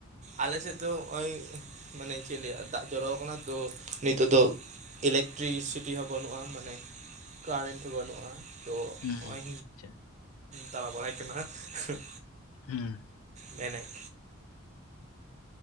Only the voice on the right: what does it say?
ᱟᱞᱮ ᱥᱮᱫ ᱫᱚ ᱱᱚᱜ-ᱚᱸᱭ, ᱢᱟᱱᱮ ᱪᱮᱫ ᱞᱟᱹᱭᱟ ᱫᱟᱜ ᱡᱚᱨᱚ ᱟᱠᱟᱱᱟ ᱛᱚ ᱱᱤᱛᱚᱜ ᱫᱚ ᱤᱞᱮᱠᱴᱨᱤᱥᱤᱴᱤ ᱦᱚᱸ ᱵᱟᱹᱱᱩᱜᱼᱟ, ᱢᱟᱱᱮ ᱠᱟᱨᱮᱱᱴ ᱦᱚᱸ ᱵᱟᱹᱱᱩᱜᱼᱟ᱾ ᱛᱚ
ᱦᱚᱸᱜ ᱚᱭ
ᱫᱟᱬᱟ ᱵᱟᱲᱟᱭ ᱠᱟᱱᱟ ᱦᱟᱸᱜ ᱾
ᱢᱮᱱᱮᱜ